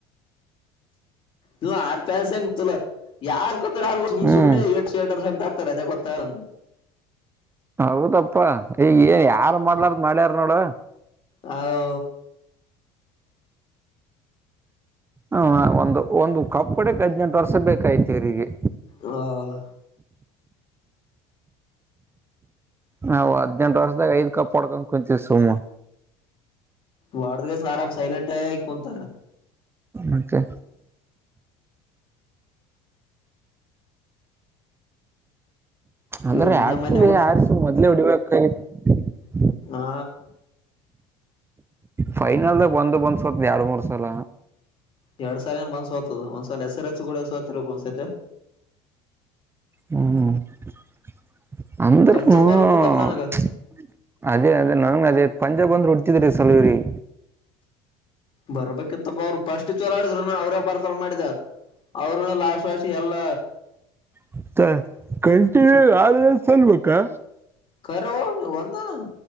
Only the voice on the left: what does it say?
ನೀ ಆ ಪ್ಯಾನ್ಸ ಮುತಲ್ಲ ಯಾರ <unintelligible> ಸು
ಸುನೆ ಎ ಸಂತ <inaudible> <unintelligible> ಕೊತ್ತರ ಅದೇ ಕೊತ್ತಾರ
ಹೌ
ಹಾ <unintelligible>
ವಡ್ದಿಗೆಸ ಆರಾಮ ಸೈಲೆಂಟ್ ಆಕೊಂಡಂತ
ಇವ್ ನಿನ್ನೆ
ಮೊನ್ನೆ ಊಟ
ಹಾ
ಎರಡ್ ಸಾಲ ಏ ಬಂದ್ಸೋತದ ಒಂದ್ಸಲ್ ಹೆಸರು ಹೆಚ್ಚ ಕೂಡಸತಿರಬೇಕಕ್ ಒಂದ್ಸತೆ
ಪಂಜಾಬ್
ಬರ್ಬೇಕಿತ್ತಪ್ಪ ನನಗ
ಬರ್ಬೇಕಿತ್ತಪ್ಪ ಅವ್ರುಫಸ್ಟ್ ಚೋಲಾಡಿದ್ರು ನ ಅವ್ರೇ ಬರ್ತಾರ ಮಾಡಿದ ಅವ್ರನ ಲಾಸ್ಟ್ ಲಾಸ್ಟ್ ಎಲ್ಲ
ಕರೋ ನೀವಂದನಾ